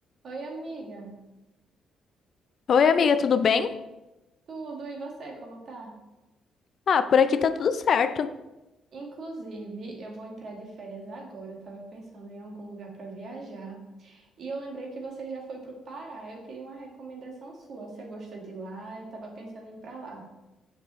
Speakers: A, on the right; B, on the left.
A: Oi, amiga.
B: Oi, amiga, tudo bem?
A: Tudo, e você, como tá?
B: Ah, por aqui tá tudo certo.
A: Inclusive, eu vou entrar de férias agora. Eu tava pensando em algum lugar pra viajar. E eu lembrei que você já foi pro Pará. Eu queria uma recomendação sua. Você gostou de lá? Eu tava pensando em ir pra lá.